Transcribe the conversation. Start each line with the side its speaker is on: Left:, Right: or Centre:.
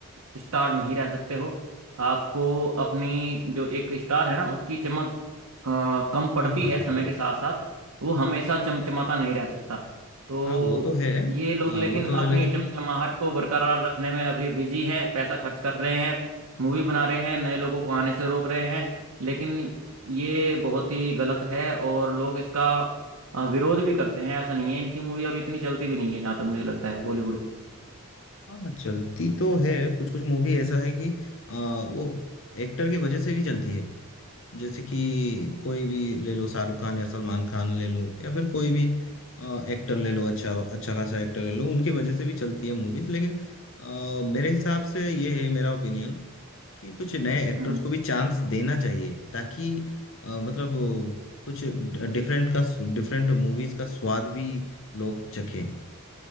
Right: स्टार नहीं रह सकते हो आपको अपनी जो एक स्टार है ना उसकी चमक अ, कम पड़ती
Left: हाँ हाँ
Right: है समय
Left: और-
Right: के साथ साथ वो हमेशा चमचमाता नहीं रह सकता तो
Left: हाँ वो तो है
Right: ये लोग
Left: अ,
Right: लेकिन
Left: वो तो
Right: अपनी
Left: है लेकिन
Right: चमचमाहट को बरकरार रखने में अभी बिजी है पैसा खर्च कर रहे हैं मूवी बना रहे हैं नए लोगों को आने से रोक रहे हैं लेकिन ये बहुत ही गलत है और लोग इसका अ, विरोध भी करते हैं ऐसा नहीं है इनकी मूवी अब इतनी चलती भी नहीं है जहाँ तक मुझे लगता है बॉलीवुड
Left: हाँ हाँ चलती तो है कुछ कुछ मूवी ऐसा है कि आ, वो एक्टर की वजह से भी चलती है जैसे कि कोई भी ले लो शाहरुख खान या सलमान खान ले लो या फिर कोई भी एक्टर ले लो अच्छा अच्छा खासा एक्टर ले लो उनकी वजह से भी चलती है मूवीज लेकिन आ, मेरे हिसाब से ये है मेरा ओपिनियन कि कुछ नए एक्टर्स
Right: की
Left: को भी चांस देना चाहिए ताकि आ, मतलब वो कुछ डिफरेंट का डिफरेंट मूवीज का स्वाद भी लोग चखें